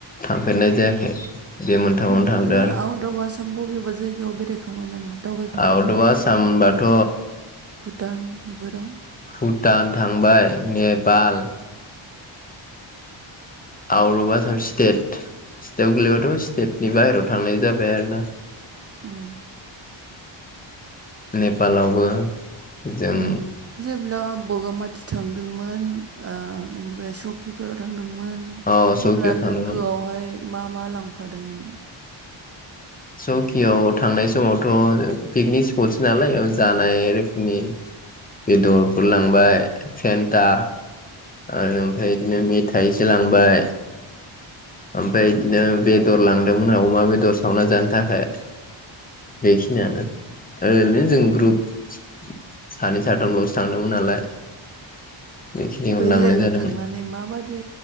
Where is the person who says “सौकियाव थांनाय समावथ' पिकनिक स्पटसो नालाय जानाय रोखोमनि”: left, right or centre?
Left